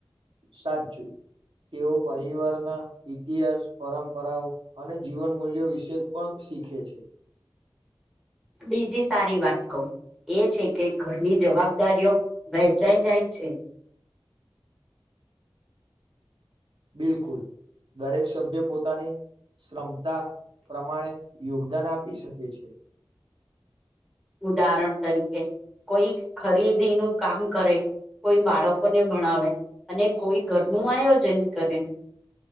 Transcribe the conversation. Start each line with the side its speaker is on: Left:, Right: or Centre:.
Right: સાચું. તેઓ પરિવારના ઇતિહાસ પરંપરાઓ અને જીવન મૂલ્યો વિશે પણ શીખે છે.
Centre: બીજી સારી વાત કહું એ છે કે ઘરની જવાબદારીઓ વહેંચાઈ જાય છે.
Right: બિલકુલ દરેક સભ્ય પોતાની કમતા પ્રમાણે યોગદાન આપી શકે છે.
Centre: ઉદાહરણ તરીકે કોઈ ખરીદીનુંું કામ કરે. કોઈ બાળકોને ભણાવે અને કોઈ ઘરનું આયોજન કરે.